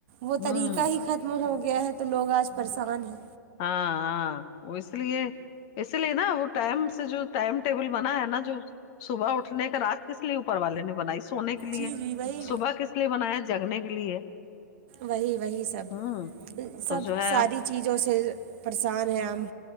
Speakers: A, on the right; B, on the left.
A: وہ طریقہ
B: ہوں
A: ہی ختم ہو گیا ہے تو لوگ آج پریشان ہیں
B: ہاں ہاں وہ اس لیے اسی لیے نا وہ ٹائم سے جو ٹائم ٹیبل بنا ہے نا جو صبح اٹھنے کا رات کس لیے اوپر والے نے بنائی سونے کے لیے
A: جی جی وہی
B: صبح کس لیے بنایا جگنے کے لیے
A: وہی وہی سب
B: ہوں
A: سب
B: تو جو ہے
A: ساری چیزوں سے پریشان ہیں ہم